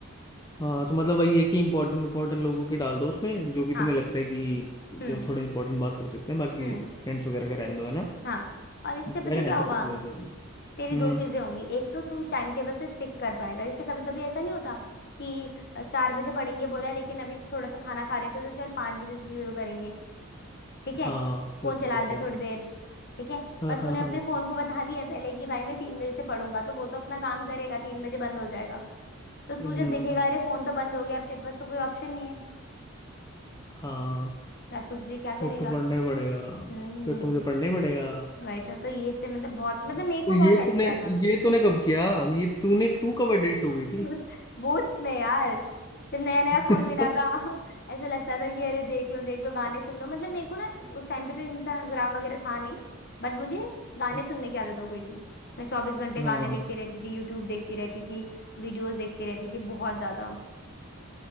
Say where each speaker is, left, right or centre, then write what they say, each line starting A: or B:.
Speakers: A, on the left; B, on the left.
A: हाँ तो मतलब वही है कि इम्पोर्टेंट इम्पोर्टेंट लोगों के डाल दो उसमें जो भी तुम्हें
B: हाँ
A: लगता है कि जो
B: हम्म
A: थोड़े इम्पोर्टेंट बात कर सकते हैं बाकी
B: हम्म
A: फ्रेंड्स वगैरह का रहने दो है ना
B: हाँ और इससे पता
A: यार
B: है क्या
A: है
B: होगा
A: तो सही वैसे ही।
B: तेरी
A: हम्म
B: दो चीजें होंगी एक तो तू टाइम टेबल से स्टिक कर पाएगा जैसे कभी कभी ऐसा नहीं होता कि अ, चार बजे पढ़ेंगे बोला है लेकिन अभी थोड़ा सा खाना खा रहे थे तो चल पांच बजे से शुरू करेंगे ठीक है
A: हाँ
B: फोन
A: वैसे
B: चला
A: तो होता
B: लेते
A: है
B: थोड़ी देर ठीक है
A: हाँ
B: पर तूने
A: हाँ
B: अपने
A: हाँ
B: फोन को बता दिया है पहले ही कि भाई मैं तीन बजे से पढ़ूंगा तो वो तो अपना काम करेगा तीन बजे बंद हो जाएगा तो तू
A: हम्म
B: जब देखेगा अरे फोन तो बंद हो गया अब तेरे पास तो कोई ऑप्शन नहीं है
A: हाँ
B: ना तुझे क्या
A: फिर
B: करेगा
A: तो पढ़ना ही पड़ेगा
B: हम्म
A: फिर तो मुझे पढ़ना ही पड़ेगा
B: राइट तो तो ये से मतलब बहुत मतलब
A: तो
B: मेरे को
A: ये
B: बहुत हेल्प
A: तूने
B: किया था
A: ये तूने कब किया ये तूने तू कब एडिक्ट हो गई
B: <laughs> बूट्स में यार जब नया नया फोन
A: थी
B: मिला था <laughs> ऐसा लगता था कि अरे देख लो देख लो गाने सुन लो मतलब मेरे को ना उस टाइम पे तो इंस्टाग्राम वगैरह था नहीं बट मुझे गाने
A: <laughs>
B: सुनने की आदत हो गई थी मैं चौबीस घंटे
A: हाँ
B: गाने देखती रहती थी यूट्यूब देखती रहती थी वीडियोस देखती रहती थी बहुत ज्यादा